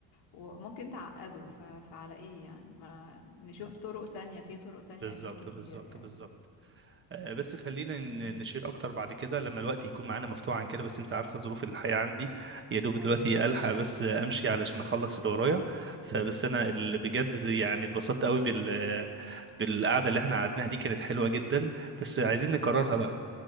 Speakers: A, on the left (about 80°); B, on the right (about 30°).
A: وممكن تعقده ف... فعلى ايه يعني ما نشوف طرق تانية في طرق تانية
B: بالظبط
A: اكيد كتير
B: بالظبط
A: يعني
B: بالظبط آه، بس خلينا ن-
A: آه،
B: نشير اكتر بعد كده لما الوقت يكون معانا مفتوح عن كده بس انت عارفه ظروف الحياه عندي يا دوب
A: ايوه
B: دلوقتي الحق بس آه، امشي علشان اخلص اللي ورايا فبس انا
A: ايوه
B: اللي بجد زي- يعني اتبسطت قوي بال بالقعده اللي احنا قعدناها دي كانت حلوه جدا بس عايزين نكررها
A: أيوة.
B: بقى